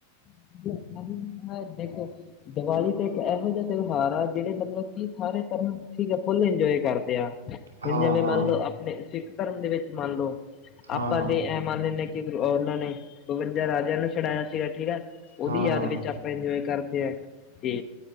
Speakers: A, on the left; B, on the right.
A: ਮਤਲਬ ਬਹੁ <unintelligible> ਦੇਖੋ ਦਵਾਲੀ ਤੇ ਇੱਕ ਇਹੋ ਜਿਆ ਤਿਉਹਾਰ ਆ, ਜੇੜੇ ਮਤਲਬ ਕਿ ਸਾਰੇ ਧਰਮ ਠੀਕ ਐ, ਫੁੱਲ ਇੰਜੋਏ ਕਰਦੇ ਆ।
B: ਹਾਂ
A: ਹੁਨ ਜਿਵੇਂ
B: ਹਾਂ
A: ਮੰਨਲੋ, ਆਪਣੇ ਸਿੱਖ ਧਰਮ ਦੇ ਵਿੱਚ ਮੰਨਲੋ,
B: ਹਾਂ
A: ਆਪਾ
B: ਹਾਂ
A: ਦੇ ਐ ਮੰਨ ਲੈਨੇ ਆ ਕਿ ਓ ਓਨਾਂ ਨੇ ਬਵੰਜਾ ਰਾਜਿਆਂ ਨੂੰ ਛੁਡਾਇਆ ਸੀਗਾ ਠੀਕ ਐ। ਓਦੀ
B: ਹਾਂ
A: ਯਾਦ
B: ਹਾਂ
A: ਵਿੱਚ ਆਪਾਂ ਇੰਜੋਏ ਕਰਦੇ ਐ ਤੇ